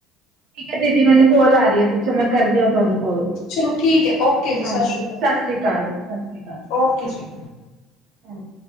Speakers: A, on the right; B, on the left.
A: ਠੀਕ ਹੈ ਦੀਦੀ ਮੈਨੂੰ ਕੋਲ ਆ ਰਹੀ ਹੈ ਪਿੱਛੋਂ ਮੈਂ ਕਰਦੀ ਹਾਂ ਤੁਹਾਨੂੰ। ਕੋਈ ਨੀ,
B: ਚਲੋ ਠੀਕ ਹੈ ਓਕੇ ਜੀ
A: ਹਾਂਜੀ
B: ਸ਼੍ਰੀ
A: ਸਤਿ ਸ੍ਰੀ ਅਕਾਲ ਜੀ, ਸਤਿ ਸ਼੍ਰੀ ਅਕਾਲ।
B: ਓਕੇ ਜੀ
A: ਹਾਂਜੀ।